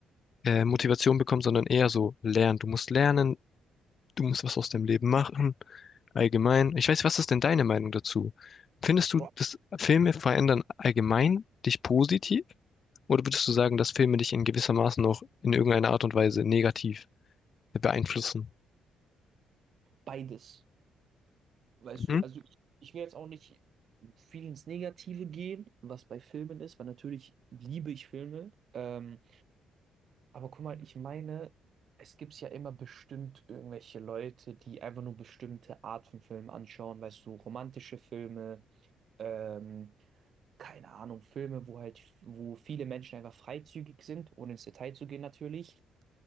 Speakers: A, on the left; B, on the right.
A: äh, Motivation bekommen, sondern eher so lernen. Du musst lernen, du musst was aus deinem Leben machen, allgemein. Ich weiß, was ist denn deine Meinung dazu? Findest du,
B: Boah,
A: dass Filme verändern allgemein dich positiv? Oder würdest du sagen, dass Filme dich in gewisser Maßen noch in irgendeiner Art und Weise negativ beeinflussen?
B: Beides. Weißt
A: Mhm.
B: du, also ich, ich will jetzt auch nicht viel ins Negative gehen, was bei Filmen ist, weil natürlich liebe ich Filme. Ähm, aber guck mal, ich meine, es gibt ja immer bestimmt irgendwelche Leute, die einfach nur bestimmte Art von Filmen anschauen, weißt du, romantische Filme, ähm, keine Ahnung, Filme, wo halt, wo viele Menschen einfach freizügig sind, ohne ins Detail zu gehen natürlich.